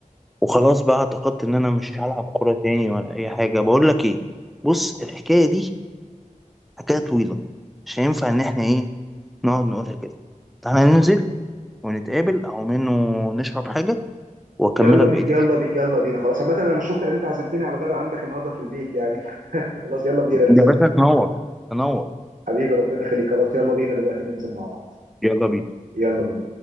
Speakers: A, in the centre; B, on the right.
A: وخلاص بقى اعتقدت ان انا مش هلعب كوره تاني ولا اي حاجه بقول لك ايه بص الحكايه دي حكايه طويله مش هينفع ان احنا ايه نقعد نقولها كده تعالى ننزل ونتقابل او منه نشرب حاجه واكملك
B: يلا بي
A: بقيه
B: يلا
A: الحكايه
B: بي يلا بينا خلاص عامة انا مش شكرا انت عزمتني على غدا عندك النهارده في البيت يعني <laughs> خلاص يلا بينا ننزل
A: يا باشا تنور تنور
B: حبيبي ربنا يخليك خلاص يلا بينا دلوقتي ننزل مع بعض
A: يلا بينا
B: يلا بينا